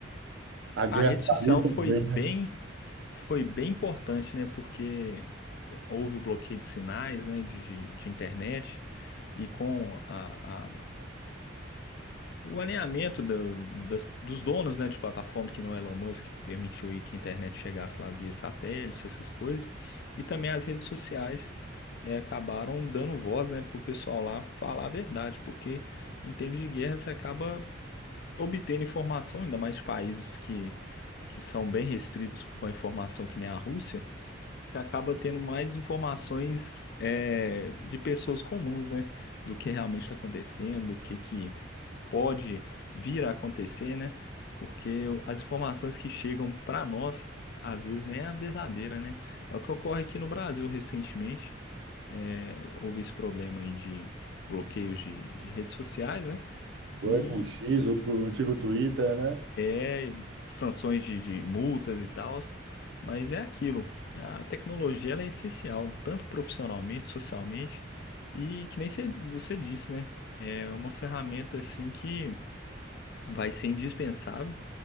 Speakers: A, on the right; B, on the left.
A: A guerra
B: a rede
A: está
B: social
A: ali também,
B: foi bem.
A: né?
B: foi bem importante, né? Porque houve o bloqueio de sinais, né? De, de, de internet e com a, a- o alinhamento da- das- dos donos, né? De plataforma que não é Elon Musk permitiu aí que a internet chegasse lá via satélite, essas coisas e também as redes sociais eh, acabaram dando voz, né? Para o pessoal lá falar a verdade, porque em termos de guerra você acaba obtendo informação, ainda mais de países que que são bem restritos com a informação que nem a Rússia você acaba tendo mais informações é, de pessoas comuns, né? Do que realmente está acontecendo, do que que pode vir a acontecer, né? Porque as informações que chegam para nós, às vezes nem é a verdadeira, né? É o que ocorre aqui no Brasil recentemente. É, houve esse problema aí de bloqueios de, de redes sociais, né?
A: Foi
B: E,
A: com o X, o, tu- o antigo Twitter, né?
B: é e sanções de, de multas e tal, mas é aquilo. A tecnologia ela é essencial, tanto profissionalmente, socialmente, e que nem cê- você disse, né? É uma ferramenta assim que vai ser indispensável.